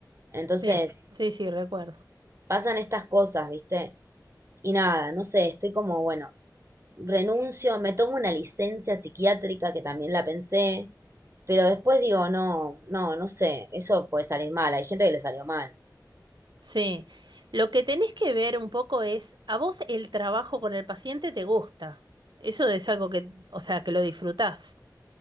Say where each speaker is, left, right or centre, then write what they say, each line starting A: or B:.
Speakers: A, on the right; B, on the right.
A: Entonces,
B: Sí, sí, sí, recuerdo.
A: pasan estas cosas, ¿viste? Y nada, no sé, estoy como, bueno, renuncio, me tomo una licencia psiquiátrica que también la pensé, pero después digo, no, no, no sé, eso puede salir mal, hay gente que le salió mal.
B: Sí. Lo que tenés que ver un poco es, ¿a vos el trabajo con el paciente te gusta? Eso es algo que, o sea, que lo disfrutás.